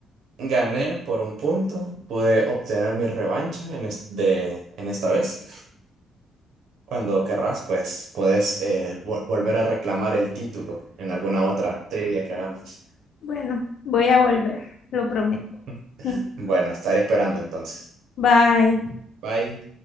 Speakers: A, on the right; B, on the left.
A: gané por un punto, pude obtener mi revancha en, es- de, en esta vez. Cuando querrás, pues puedes eh, vol- volver a reclamar el título en alguna otra trivia que hagamos.
B: Bueno, voy a volver, lo prometo.
A: <laughs>
B: <laughs>
A: Bueno, estaré esperando entonces.
B: Bye.
A: Bye.